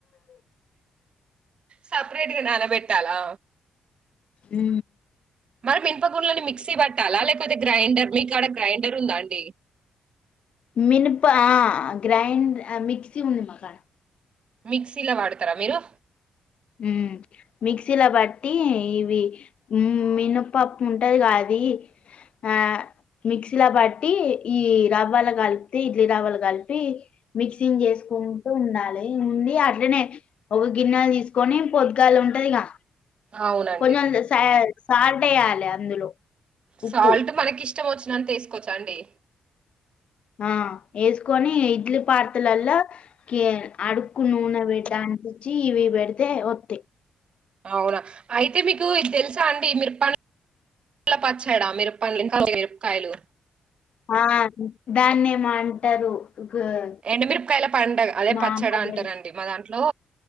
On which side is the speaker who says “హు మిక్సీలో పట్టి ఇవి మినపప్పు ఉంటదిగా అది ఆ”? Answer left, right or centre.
Left